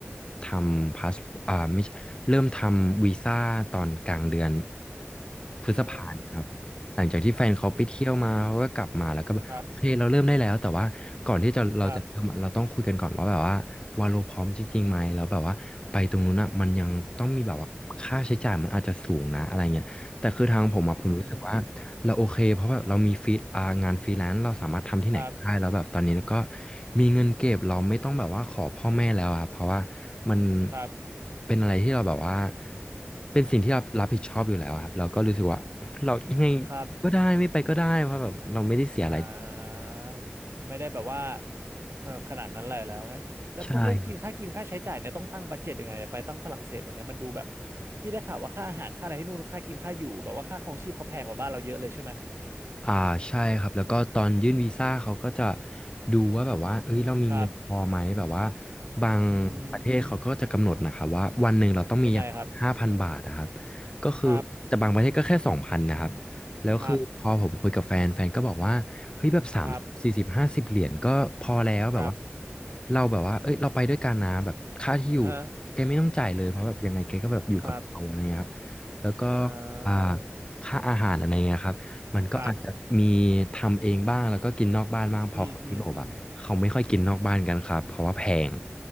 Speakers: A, on the left; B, on the right.
A: ทำพาสอ่าไม่ใช่เริ่มทำวีซ่าตอนกลางเดือนพฤษภาเนี่ยครับผมหลังจากที่แฟนเขาไปเที่ยวมาเขาก็กลับมาแล้วก็แบบโอเคเราเริ่มได้แล้วแต่ว่าก่อนที่จะเราจะเริ่มอะเราต้องคุยกันก่อนว่าแบบว่าวาโลพร้อมจริงๆไหมแล้วแบบว่าไปตรงนู้นอ่ะมันยังต้องมีแบบว่าค่าใช้จ่ายมันอาจจะสูงนะอะไรเงี้ยแต่คือทางผมอ่ะผมรู้สึกว่า
B: เออโอ้โหครับครับอืม
A: เราโอเคเพราะแบบเรามีฟรีอ่างานฟรีแลนซ์เราสามารถทำที่ไหนก็ได้แล้วแบบตอนนี้แล้วก็
B: ครับ
A: มีเงินเก็บเราไม่ต้องแบบว่าขอพ่อแม่แล้วอะเพราะว่ามัน
B: ครับ
A: เป็นอะไรที่เราแบบว่าเป็นสิ่งที่เรารับผิดชอบอยู่แล้วอะครับเราก็รู้สึกว่าเรายังไง
B: ครับ
A: ก็ได้ไม่ไปก็ได้เพราะแบบเราไม่ได้เสียอะไร
B: อ่าไม่ได้แบบว่าเออขนาดนั้นเลยแล้วเนี่ยแล้วพวกเรื่องกินค่ากินค่าใช้จ่ายเนี่ยต้องตั้งบัดเจ็ตยังไงเนี่ยไปตั้งฝรั่งเศสแบบเนี้ยมันดูแบบ
A: ใช่
B: พี่ได้ข่าวว่าค่าอาหารค่าอะไรที่นู่นค่ากินค่าอยู่แบบว่าค่าครองชีพเขาแพงกว่าบ้านเราเยอะเลยใช่ไหม
A: อ่าใช่ครับแล้วก็ตอนยื่นวีซ่าเขาก็จะดูว่าแบบว่าเอ้ยเรามีเงินพอไหมแบบว่า
B: ครับ
A: บางประเทศเขาก็จะกำหนดนะครับว่าวันหนึ่งเราต้องมีอย่างห้าพันบาทนะครับ
B: อืมยังไงครับ
A: ก็คือแต่บางประเทศก็แค่สองพันนะครับ
B: ครับ
A: แล้วคือพอผมคุยกับแฟนแฟนก็บอกว่าเฮ้ยแบบสามสี่สิบห้าสิบเหรียญก็พอแล้วแบบว่า
B: ครับครับครับ
A: เราแบบว่าเอ้ยเราไปด้วยกันนะแบบค่าที่อยู่แกไม่ต้องจ่ายเลยเพราะแบบยังไงแกก็แบบอยู่กับเราอะไรเงี้ยครับแล้วก็
B: อ่าฮะครับอ่
A: อ่า
B: า
A: ค่าอาหารอะไรเงี้ยครับ มันก็อาจจะมีทำเองบ้างแล้วก็กินนอกบ้านบ้างเพอคนยุโรปอ่ะเขาไม่ค่อยกินนอกบ้านกันครับเพราะว่าแพง
B: ครับอืมอืมอืม